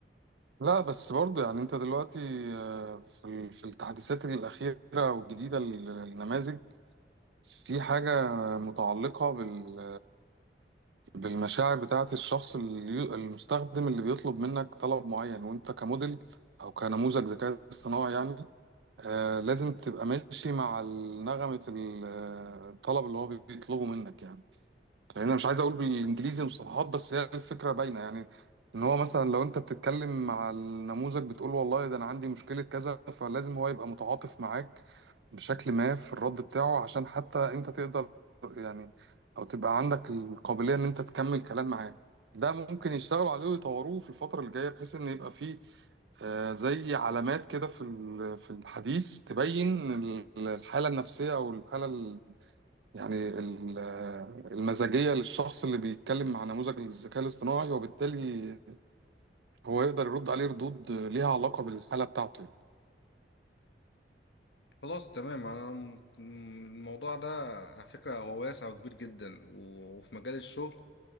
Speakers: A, on the right; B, on the left.
A: لا بس برضه يعني أنت دلوقتي آه، في ال- في التحديثات الأخيرة والجديدة لل- للنماذج في حاجة متعلقة بال بالمشاعر بتاعة الشخص اليو- المستخدم اللي بيطلب منك طلب معين وانت كموديل او كنموذج ذكاء اصطناعي يعني آه لازم تبقى ماشي مع النغمة في ال- آه، الطلب اللي هو بيطلبه منك يعني يعني انا مش عايز اقول بالانجليزي المصطلحات بس هي الفكرة باينة يعني ان هو مثلا لو انت بتتكلم مع النموذج بتقول له والله ده انا عندي مشكلة كذا فلازم هو يبقى متعاطف معاك بشكل ما في الرد بتاعه عشان حتى انت تقدر يعني او تبقى عندك القابلية ان انت تكمل كلام معاه ده ممكن يشتغلوا عليه ويطوروه في الفترة اللي جاية بحيث ان يبقى فيه آه، زي علامات كده في ال- في الحديث تبين ال- الحالة النفسية او الحالة ال- يعني ال- آه، المزاجية للشخص اللي بيتكلم مع نموذج الذكاء الاصطناعي وبالتالي هو يقدر يرد عليه ردود ليها علاقة بالحالة بتاعته يعني.
B: خلاص تمام انا م- م- الموضوع ده على فكرة هو واسع وكبير جدا و- وفي مجال الشغل